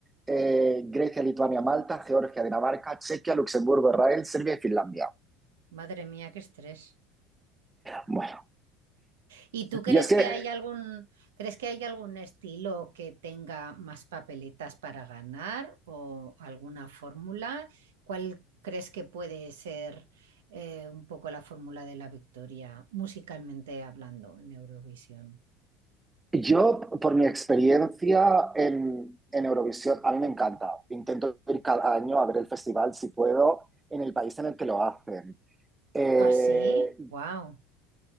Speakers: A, on the right; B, on the right.
A: eh, Grecia, Lituania, Malta, Georgia, Dinamarca, Chequia, Luxemburgo, Israel, Serbia y Finlandia.
B: Madre mía, qué estrés.
A: Bueno,
B: ¿Y tú crees
A: y es que
B: que hay algún, crees que hay algún estilo que tenga más papeletas para ganar o alguna fórmula? ¿Cuál crees que puede ser eh, un poco la fórmula de la victoria musicalmente hablando en Eurovisión?
A: yo, por mi experiencia en, en Eurovisión, a mí me encanta. Intento ir cada año a ver el festival si puedo en el país en el que lo hacen. Eh,
B: Ah, sí, wow,